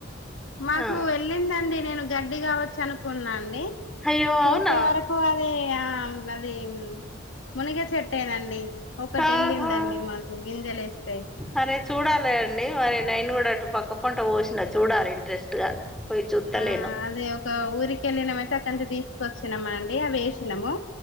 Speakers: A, on the left (about 80°); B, in the centre.
A: మాకు
B: ఆ
A: వెళ్ళిందండి నేను గడ్డి కావచ్చు అను కున్నాండి
B: అయ్యో
A: చూసే
B: అవునా
A: వరకు అది ఆ అది మునగ చెట్టేనండి ఒకటి
B: ఆహా
A: వెళ్ళిందండి మాకు గింజలు వేస్తే
B: అరే చూడాలి అండి మరి నైను కూడా అటు పక్క పంట పోసినా చూడాలి ఇంట్రెస్ట్ గా పోయి చూస్తలేను
A: ఆ అదే ఒక ఊరికెళ్ళినమయితే అక్కడ నుంచి తీసుకొచ్చినమ అండి అవి వేసినాము